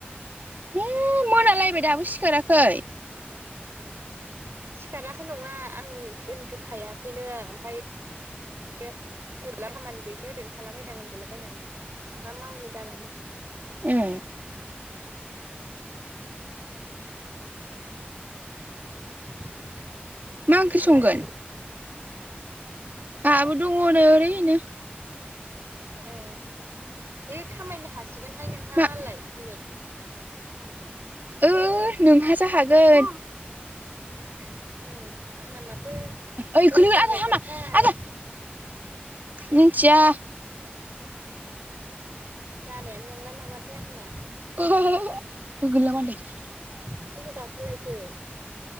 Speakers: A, on the right; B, on the right.
A: हे मोनालायबाय दाबो सिखाराखै।
B: सिखाराखै नङा आं उन्दुखायाखैनो। ओमफ्राय बे ओरैनो खामानि गैयैखो ओरैनो थालाबायदां उन्दुलाबायनानै मा मावनि जानानै।
A: ए।
B: ओ। <unintelligible>
A: मा
B: नोंहालाय
A: ओंख्रि संगोन?
B: हा
A: आहाबो दङ नै ओरैनो
B: ए बे खामायनो हासिगोनहाय नोंहा
A: मा
B: मालाय दिनै।
A: ओ नोंहासो हागोन।
B: <unintelligible> आंना माथो
A: ओइ
B: बोरै
A: गोलैयो
B: जाबावगोनथाय
A: हामा आबा आबा। मिथिया
B: जानायानो नंला नामाथाय आंना।
A: <unintelligible>
B: अबाव गाखोलायखो?